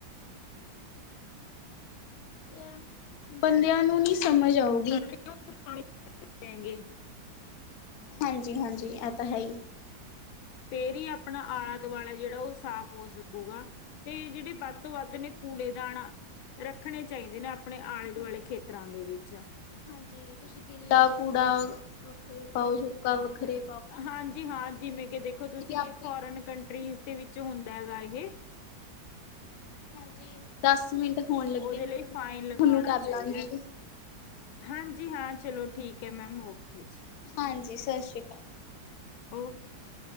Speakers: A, on the left; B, on the left.
A: ਏਆ ਬੰਦੇਆਂ ਨੂੰ ਨੀ ਸਮਜ ਆਊ
B: <unintelligible>
A: ਹਾਂਜੀ- ਹਾਂਜੀ ਐ ਤਾਂ ਹੈ ਈ।
B: ਫੇਰ ਈ ਪਣਾ ਆਲਾ-ਦੁਆਲਾ
A: ਹਾਂਜੀ।
B: ਜੇੜਾ ਓ ਸਾਫ਼ ਹੋ ਸਕੂਗਾ, ਤੇ ਜੇੜੇ ਬਦ ਤੋਂ ਬੱਦ ਨੇ ਕੂੜੇ ਦਾਨ ਆ ਰੱਖਣੇ ਚਾਈਦੇ ਨੇ ਆਪ ਅਪਣੇ ਆਲੇ-ਦੁਆਲੇ
A: ਹਾਂਜੀ
B: ਖੇਤਰਾਂ ਦੇ ਵਿੱਚ।
A: ਹਾਂਜੀ ਤੁਸੀਂ ਗਿੱਲਾ ਕੂੜਾ ਵਖਰੀ ਪਾਓ, ਸੁਕਾ ਵੱਖਰੀ
B: ਹਾਂਜੀ ਹਾਂ, ਜਿਵੇਂ ਕਿ ਦੇਖੋ ਤੁਸੀਂ
A: ਆਪੇ
B: ਫੋਰਨ
A: ਹੀ।
B: ਕੰਟਰੀਜ਼ ਦੇ ਵਿੱਚ ਹੁੰਦਾ ਹੈਗਾ ਏਹੇ।
A: ਹਾਂਜੀ, ਦਸ ਮਿੰਟ ਹੋਣ ਲੱਗੇ
B: ਉਹਦੇ
A: ਨੇ
B: ਲਈ
A: ਤਾਂ ਮੈਂ
B: ਫਾਈਨ ਲਗਾਉਣਾ
A: ਥੋਨੂੰ ਕਰਲਾਂਗੀ।
B: ਚਾਹੀਦਾ ਹੈ। ਹਾਂਜੀ ਹਾਂ, ਚਲੋ ਠੀਕ ਐ ਮੈਮ, ਓਕੇ ਜੀ।
A: ਹਾਂਜੀ, ਸਸ਼੍ਰੀ ਕਾਲ।
B: ਓਕੇ।